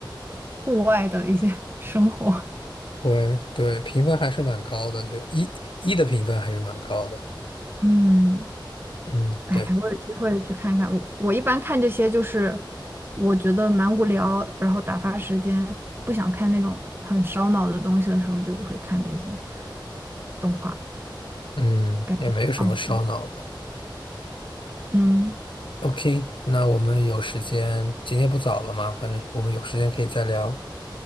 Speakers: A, on the right; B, on the left.
A: 户外的一些生活，
B: 对对，评分还是蛮高的，就一一的评分还是蛮高的。
A: 嗯，
B: 嗯，
A: 哎，
B: 对，
A: 我有机会去看一看。我我一般看这些就是，我觉得蛮无聊，然后打发时间，不想看那种很烧脑的东西的时候，就会看这些动画，
B: 嗯，
A: 感觉很放松。
B: 也没有什么烧脑的。
A: 嗯，
B: OK，那我们有时间，今天不早了嘛，反正我们有时间可以再聊。